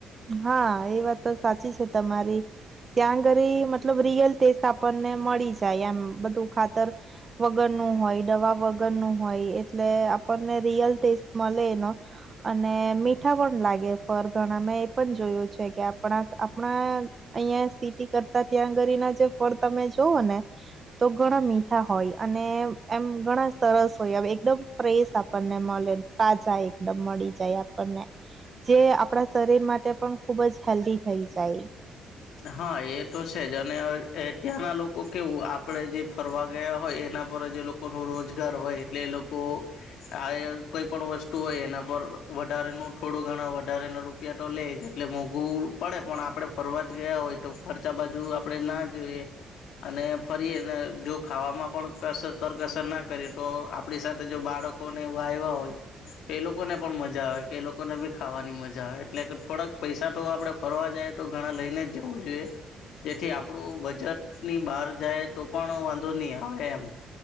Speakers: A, on the right; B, on the left.
A: હા એ વાત તો સાચી છે તમારી ત્યાં ઘરે મતલબ રિયલ ટેસ્ટ આપણને મળી જાય એમ બધું ખાતર વગરનું હોય દવા વગરનું હોય એટલે આપણને રિયલ ટેસ્ટ મળે એનો અને મીઠા પણ લાગે ફર ઘણા મેં જોયું છે કે આપણા આપણા અહિયા સ્થિતિ કરતા ત્યાંગરી ના જે ફળ તમે જોવો ને તો ઘણા મીઠા હોય અને એમ ઘણા સરસ હોય હવે એકદમ ફ્રેશ આપણને મળે તાજા એકદમ મળી જાય આપણને જે આપણા શરીર મા તે પણ ખુબ જ હેલ્ધી થઈ જાય.
B: હા એ તો છે જ અને ત્યાંના લોકો કેવું આપડે જે ફરવા ગયા હોય એના પર જે લોકો ન રોજગાર હોય એટલે એ લોકો આ કોઈ પણ વસ્તુ હોય એના પર વધારેનું થોડું ઘણા વધારે ના રૂપિયા તો લે જ એટલે મોંઘવું પડે પણ આપડે ફરવા ગયા હોય તો ખર્ચા બાજુ આપડે ના જોઈએ. અને ફરી એને જો ખાવામાં પણ કસ કરકસર ના કરીએ તો આપણી સાથે જો બાળકો ને એવા એવા હોય. તો એ લોકોને પણ મજા આવે કે એ લોકો ને ભી ખાવાની મજા આવે, એટલે કે થોડાક પૈસા તો આપડે ફરવા જાય તો ઘણા લઈને જ જવું જોઈએ, જેથી આપણું બજેટ ની બહાર જાય તો પણ વાંધો નહી આવે એમ.